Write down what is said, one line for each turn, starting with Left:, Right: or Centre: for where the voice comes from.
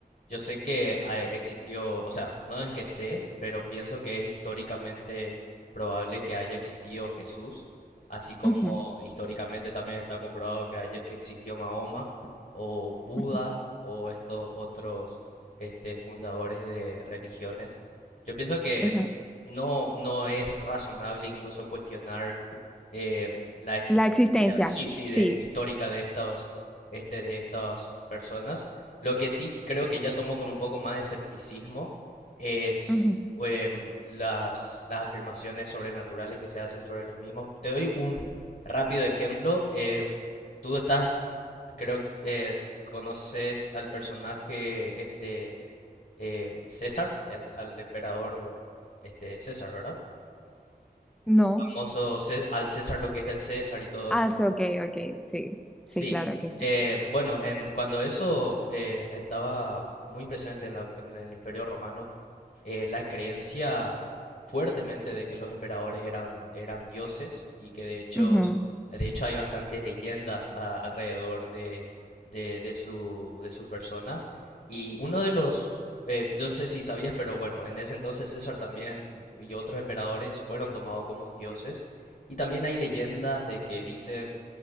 Left: yo sé que ah, eh, existió, o sea, no es que sé, pero pienso que es históricamente probable que haya existido Jesús, así como
Centre: Ujú,
Left: históricamente también está comprobado que haya, que existió Mahoma o Buda
Centre: ujú,
Left: o estos otros este, fundadores de religiones. Yo pienso que
Centre: exacto.
Left: no, no es razonable incluso cuestionar eh, la existencia,
Centre: La existencia,
Left: sí, sí,
Centre: sí.
Left: de, histórica de estos este, de estas personas. Lo que sí creo que ya tomo con un poco más de escepticismo es
Centre: Ujú.
Left: em, las, las afirmaciones sobrenaturales que se hacen sobre los mismos. Te doy un rápido ejemplo. em, tú estás, creo que conoces al personaje este em, César, el- al emperador este César, ¿verdad?
Centre: No.
Left: Famoso Cé- al César lo que es del César y todo
Centre: Ah, sí, ok, ok, sí. Sí,
Left: Sí,
Centre: claro que sí.
Left: eh, bueno, en, cuando eso eh, estaba muy presente en, la- en el Imperio Romano, eh, la creencia fuertemente de que los emperadores eran, eran dioses y que de hecho,
Centre: Ujú,
Left: de hecho hay bastantes leyendas a- alrededor de, de, de su, de su persona. Y uno de los, eh, no sé si sabías, pero bueno, en ese entonces César también y otros emperadores fueron tomados como dioses. Y también hay leyendas de que dicen